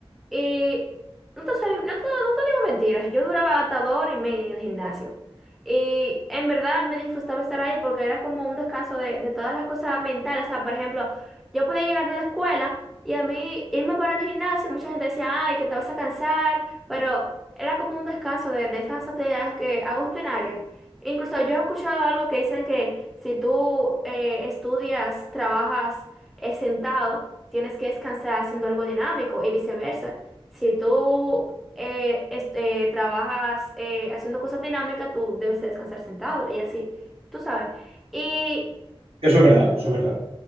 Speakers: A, in the centre; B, on the right.
A: Y no te, sé- no te, no te digo mentiras, yo duraba hasta dos horas y media en el gimnasio. Y en verdad me disfrutaba estar ahí porque era como un descanso de, de todas las cosas mentales. O sea, por ejemplo, yo podía llegar de la escuela y a mí irme para el gimnasio, mucha gente decía, ay, que te vas a cansar, pero era como un descanso de, de esas actividades que hago rutinarias. Incluso yo he escuchado algo que dicen que si tú eh, estudias, trabajas eh, sentado, tienes que descansar haciendo algo dinámico y viceversa. Si tú eh, este, eh, trabajas eh, haciendo cosas dinámicas, tú debes de descansar sentado y así, tú sabes. Y
B: Eso es verdad, eso es verdad.